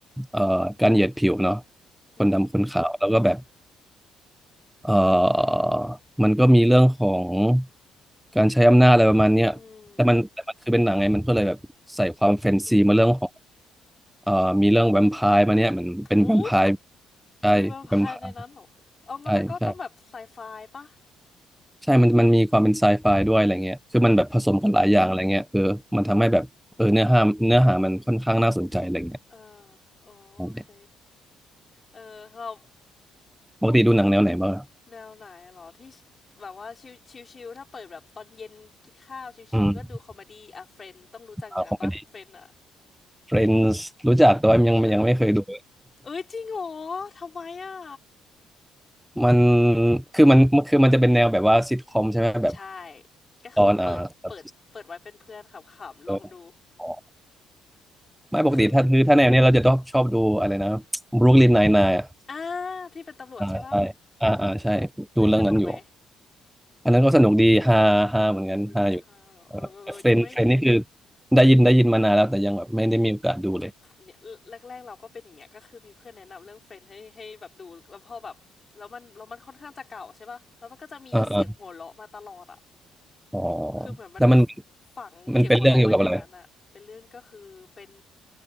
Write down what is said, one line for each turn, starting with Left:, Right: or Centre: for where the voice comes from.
Centre: เอ่อการเหยียดผิวเนาะ
Left: อืม
Centre: คนดำคนขาวแล้วก็แบบเอ่อมันก็มีเรื่องของการใช้อำนาจอะไรประมาณเนี้ยแต่มันแต่มันคือเป็นหนังไงมันก็เลยแบบใส่ความแฟนซีมาเรื่องของ
Left: อืมอืม
Centre: เอ่อมีเรื่องแวมไพร์มาเนี่ยเหมือนเป็นแวมไพร์
Left: อู้
Centre: ใช่แวมไพร์
Left: มีแวมไพร์ในนั้นเหรอเอางั้นมันก็ต้องแบบไซไฟปะ
Centre: ใช่ใช่ ใช่มันมันมีความเป็นไซไฟด้วยอะไรเงี้ยคือมันแบบผสมกันหลายอย่างอะไรเงี้ยเออมันทำให้แบบเออเนื้อหาเนื้อหามันค่อนข้างน่าสนใจอะไรเงี้ย
Left: เอออ๋อโอเค
Centre: แล้ว
Left: เออเรา
Centre: ปกติดูหนังแนวไหนบ้างอะ
Left: แนวไหนเหรอที่แบบว่าชิลชิลชิลถ้าเปิดแบบตอนเย็นกินข้าวชิลชิลก็ดูคอมเมดี้อ่ะเฟรนต้องรู้จักอยู่แล้วปะเฟรนอะ
Centre: อืมอ่าคอมเมดี้ Friends รู้จักแต่ว่ายังยังไม่เคยดู
Left: ใช่เอ้ยจริงเหรอทำไมอ่ะ
Centre: <laughs> มันคือมันคือมันจะเป็นแนวแบบว่าซิทคอมใช่ไหม แบบ
Left: ใช่ก็คือเปิดเปิดเปิดไว้เป็นเพื่อนขำๆลองดู
Centre: ตอนอ่าตอนเอออไม่ปกติถ้าคือถ้าแนวเนี้ยเราจะชอบชอบดูอะไรนะ
Left: คือ
Centre: Brooklyn Nine-Nine อะ
Left: อ่าที่เป็นตำรวจใช่ปะ
Centre: อ่าใช่อ่าอ่าใช่
Left: เอ้ยสนุกไหม
Centre: ดูเรื่องนั้นอยู่ อันนั้นก็สนุกดีฮาฮาเหมือนกันฮาอยู่เออเฟรนเฟรนนี่คือ
Left: บรูคลินห้าเหรอเออเออเออยังไม่
Centre: ได้ยินได้ยินมานานแล้วแต่ยังแบบไม่ได้มีโอกาสดูเลย
Left: เนี่ยแรกๆเราก็เป็นอย่างเงี้ยก็คือมีเพื่อนแนะนำเรื่อง Friends ให้ให้แบบดูแล้วพอแบบแล้วมันแล้วมันค่อนข้างจะเก่าใช่ป่ะแล้วมันก็จะมีเสียงหัวเราะมาตลอดอ่ะ
Centre: เออเอออ๋อ
Left: คือเหมือนมัน
Centre: แล้วมัน
Left: ฝังเสียงหัวเราะไว้ในนั้นอ่ะเป็นเรื่องก็คือเป็น
Centre: มันเป็นเรื่องเกี่ยวกับอะไร